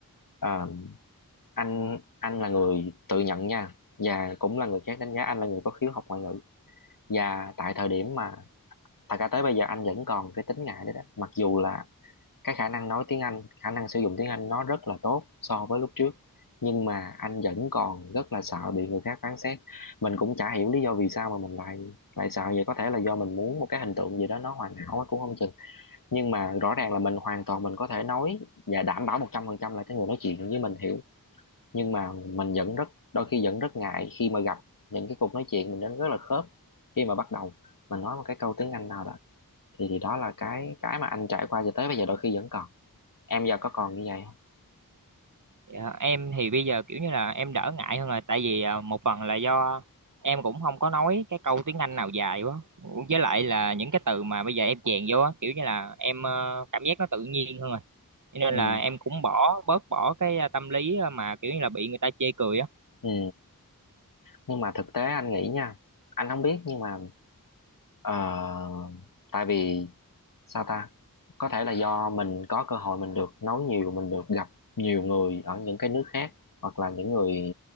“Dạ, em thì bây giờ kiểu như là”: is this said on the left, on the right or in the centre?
Right